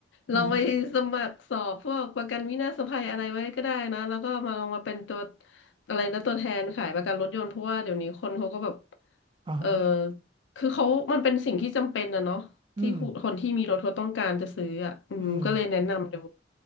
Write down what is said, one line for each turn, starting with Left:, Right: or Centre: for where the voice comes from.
Right: อืม
Left: ลองไปสมัครสอบพวกประกันวินาศภัยอะไรไว้ก็ได้นะแล้วก็มาลองมาเป็นตัวอะไรนะตัวแทนขายประกันรถยนต์เพราะว่าเดี๋ยวนี้คนเขาก็แบบ
Right: อ่าฮะ
Left: เออคือเขามันเป็นสิ่งที่จำเป็นนะเนาะที่คนที่มีรถเขาต้องการจะซื้ออ่ะอืมก็เลยแนะนำดู
Right: อืมอืม